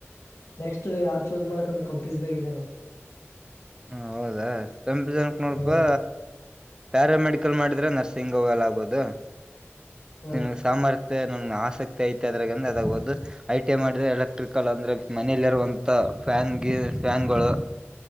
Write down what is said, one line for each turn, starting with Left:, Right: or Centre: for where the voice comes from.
Left: ನೆಕ್ಸ್ಟ್ ಯಾವ್ ಚೂಸ್ ಮಾಡಕಂದ್ರ ಕಂಪಿಸಾಗಿದೆ ನ
Right: ಹ ಹೌದಾ ಕಂಪಿ ಜನಕ್ ನೋಡಪಾ
Left: ಹ್ಮ್
Right: ಪ್ಯಾರ ಮೆಡಿಕಲ್ ಮಾಡಿದ್ರೆ ನರ್ಸಿಂಗ್ ಹೋಗಲ್ಲ ಆಗ್ಬೋದು
Left: ಹ್ಮ್
Right: ನಿಮಗ್ ಸಂಬಾರ್ ಮ ನಮ್ ಆಸಕ್ತಿ ಐತೆ ಅದ್ರಂದ್ರೆ ಅದಾಗಬಹದು ಐ ಟಿಐ ಮಾಡಿದ್ರೆ ಎಲೆಕ್ಟ್ರಿಕಲ್ ಅಂದ್ರೆ ಮನೇೆಯಲ್ಲಿರುವಂತ ಫ್ಯಾನ್ ಗಿ ಫ್ಯಾನ್ಗಳು